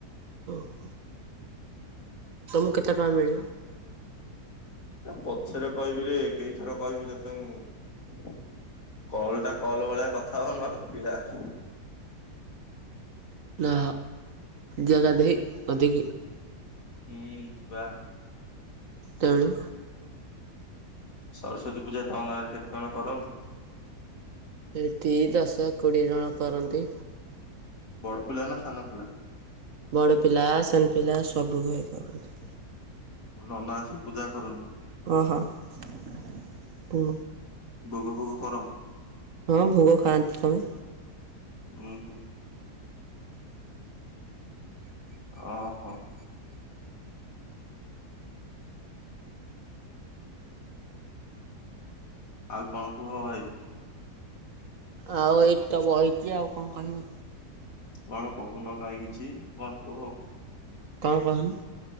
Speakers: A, on the right; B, on the left.
A: ଓ ହୋ। ତମକୁ କେତେ ଟଙ୍କ ମିଳିବ।
B: ପଛରେ କହିବି ରେ କେଇଥର କହିବି ତତେ ମୁଁ କଲ ଟା କଲ ଭଳିଆ କଥା ହୋ ନହଲେ <unintelligible> ନୋବୁ।
A: ନା ଜାଗା ଦେ ମତିି
B: ହୁଁ ବା
A: ତଳୁ
B: ସରସ୍ଵତୀ ପୂଜା ତ ଗାରେ କେତେ ଜଣ କରନ୍ତି?
A: ଏଠି ଦଶ କୋଡ଼ିଏ ଜଣ କରନ୍ତି?
B: ବଡ଼ପୁଲା ନା ଖାନପୁଲା?
A: ବଡ ପିଲା ସୋନ ପିଲା ସବୁ ହେଇ କରନ୍ତି।
B: ନନା ଆସି ପୂଜା କରନ୍ତି।
A: ଓହୋ।
B: ବୋଗ ଭୋଗ କର
A: ହଁ ଭୋଗ ଖାଆନ୍ତି ତମେ
B: ଉଁ ହୁଁ। ଓହୋ। ଆଉ କଣ କୁହ ଭାଇ?
A: ଆଉ ଏଇ ତ ବହିଛି ଆଉ କଣ କହିବି?
B: କଣ କହୁନ କାହିଁ କିଛି କଣ କୁହ?
A: କଣ କହୁନ?